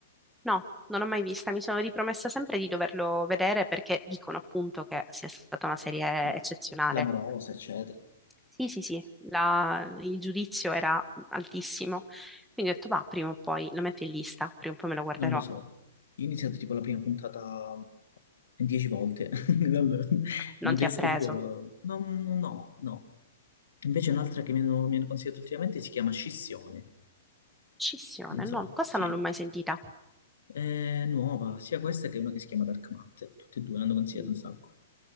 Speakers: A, in the centre; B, on the left (about 80°).
A: No, non l'ho mai vista, mi sono ripromessa sempre di doverlo vedere perché dicono appunto che sia stata una serie
B: Sì.
A: eccezionale.
B: Clamorosa, eccetera.
A: Sì, sì, sì, la- il giudizio era altissimo, quindi ho detto, va, prima o poi lo metto in lista, prima o poi me lo guarderò.
B: Non lo so. Io ho iniziato tipo la prima puntata dieci volte, <laughs> non,
A: Non
B: non riesco
A: ti ha preso.
B: proprio... No, no, no. no. Invece un'altra che mi hanno, mi hanno consigliato ultimamente si chiama Scissione,
A: Scissione,
B: non so,
A: no, questa
B: sì.
A: non l'ho mai sentita.
B: È nuova, sia questa che una che si chiama Dark Matter, tutte e due l'hanno consigliato
A: Mm.
B: un sacco.